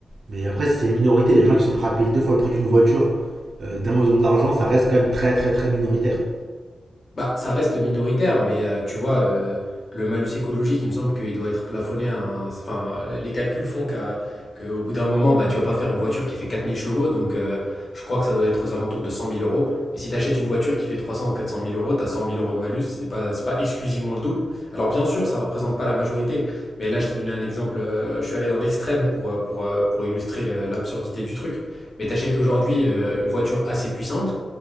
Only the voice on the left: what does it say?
Bah, ça reste minoritaire, mais euh, tu vois, euh, le malus écologique, il me semble qu'il doit être plafonné à un- Enfin, euh, les calculs font qu'à, qu'au bout d'un moment, bah, tu vas pas faire une voiture qui fait 4000 chevaux, donc euh, je crois que ça doit être aux alentours de cent mille euros. Mais si tu achètes une voiture qui fait 300 ou 400 mille euros, tu as 100 000 euros de malus, c'est pas, c'est pas exclusivement le double. Alors bien sûr, ça représente pas la majorité, mais là, je t'ai donné un exemple, euh, je suis allé dans l'extrême pour, euh, pour, euh, pour illustrer le- l'absurdité du truc. Mais tu achètes aujourd'hui euh, une voiture assez puissante